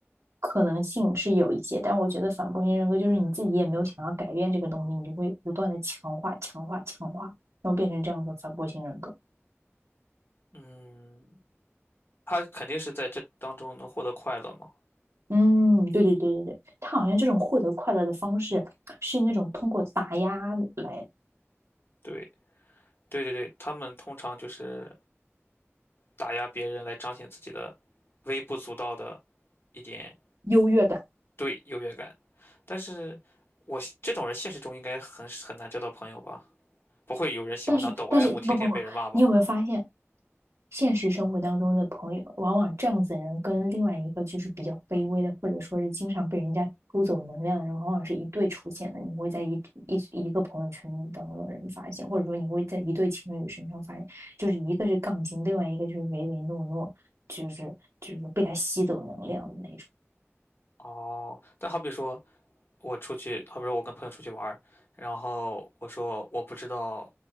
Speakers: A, on the right; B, on the left.
A: 可能性是有一些，但我觉得反驳型人格就是你自己也没有想要改变这个东西，你就会不断的强化、强化、强化，然后变成这样的反驳型人格。
B: 嗯，他肯定是在这当中能获得快乐嘛？
A: 嗯，对对对对对，他好像这种获得快乐的方式是那种通过打压来
B: 对对对对，他们通常就是打压别人来彰显自己的微不足道的一点。
A: 优越感。
B: 对，优越感。但是我这种人现实中应该很很难交到朋友吧？不会有人喜欢当抖
A: 但是但是不不不，
B: M，天天被人骂吧？
A: 你有没有发现，现实生活当中的朋友，往往这样子的人跟另外一个就是比较卑微的，或者说是经常被人家偷走能量的人，往往是一对出现的。你会在一一一个朋友圈当中的人发现，或者说你会在一对情侣身上发现，就是一个是杠精，另外一个就是唯唯诺诺，就是就是被他吸走能量的那种。
B: 哦，但好比说我出去，好比说我跟朋友出去玩儿，然后我说我不知道